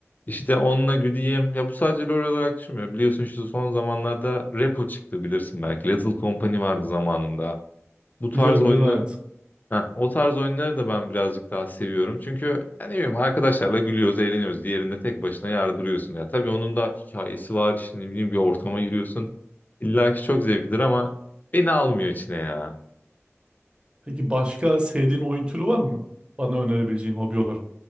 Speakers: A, on the left (about 35°); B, on the right (about 20°).
A: işte onunla güleyim. Ya bu sadece LoL olarak düşünmüyorum. Biliyorsun şu son zamanlarda Repo çıktı bilirsin belki. Little Company vardı zamanında. Bu tarz
B: bilirim
A: oyunu
B: bilirim evet.
A: Heh, o tarz oyunları da ben birazcık daha seviyorum. Çünkü yani ne bileyim arkadaşlarla gülüyoruz, eğleniyoruz. Diğerinde tek başına yardırıyorsun. Ya tabii onun da hikayesi var. İşte ne bileyim bir ortama giriyorsun. İlla ki çok zevklidir ama beni almıyor içine ya.
B: Peki başka sevdiğin oyun türü var mı? Bana önerebileceğin hobi olarak.